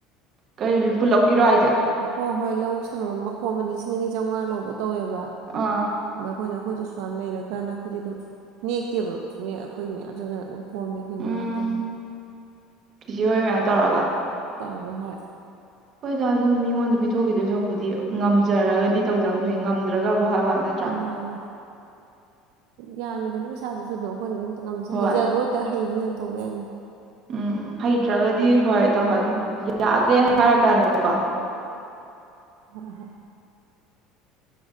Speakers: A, on the right; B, on the right.
A: ꯀꯩꯅꯣ ꯄꯨꯜꯂꯛꯀꯤꯔꯣ ꯍꯥꯏꯖꯦ
B: ꯍꯣ ꯍꯣꯏ ꯂꯧ ꯁꯪꯉꯝ ꯑꯃ ꯈꯣꯝꯕꯗ ꯂꯤꯁꯤꯡ ꯑꯅꯤ ꯆꯧꯉꯥ ꯂꯧꯕꯅꯤ ꯂꯧꯋꯦꯕ
A: ꯑꯥ
B: ꯑꯩꯈꯣꯏꯅ ꯑꯩꯈꯣꯏꯁꯨ ꯑꯁꯨꯛꯌꯥꯝ ꯂꯩꯔꯀꯥꯟꯗ ꯑꯩꯈꯣꯏꯗꯤ ꯑꯗꯨꯝ ꯅꯦꯛꯇꯦꯕ ꯁꯨꯝ ꯑꯩꯈꯣꯏ ꯃꯌꯥꯝ ꯁꯤꯡꯅ ꯑꯗꯨꯝ
A: ꯎꯝ
B: <unintelligible>
A: ꯆꯤꯆꯦ ꯍꯣꯏ ꯃꯌꯥꯝ ꯇꯧꯔꯒ
B: ꯇꯧꯔꯒ ꯍꯣꯏ
A: ꯍꯣꯏꯗ ꯑꯗꯨ ꯃꯤꯉꯣꯟꯗ ꯄꯤꯊꯣꯛꯈꯤꯗꯣꯏ ꯁꯔꯨꯛꯄꯨꯗꯤ ꯉꯝꯖꯔꯒꯗꯤ ꯇꯧꯗꯝ ꯐꯩ ꯉꯝꯗ꯭ꯔꯒ ꯍꯥꯏꯕꯩ ꯋꯥꯅꯤ ꯅꯠꯇ꯭ꯔꯥ
B: ꯃꯥꯅꯦ ꯌꯥꯝꯃꯤꯗꯅ ꯄꯩꯁꯥꯗꯨꯁꯨ ꯑꯗꯨꯝ ꯑꯩꯈꯣꯏꯅ ꯑꯗꯨꯝ ꯉꯝ
A: ꯍꯣꯏ
B: ꯍꯩꯖꯕ ꯑꯣꯏ ꯇꯥꯔꯗꯤ ꯍꯩꯕꯅꯤ ꯑꯗꯨꯝ ꯇꯧꯕ ꯌꯥꯏꯅ
A: ꯎꯝ ꯍꯩꯇ꯭ꯔꯒꯗꯤ ꯍꯣꯏ ꯇꯧꯍꯟ ꯌꯥꯗ꯭ꯔꯦ ꯍꯥꯏꯔ ꯀꯥꯟꯗꯀꯣ
B: ꯍꯣꯏ ꯍꯣꯏ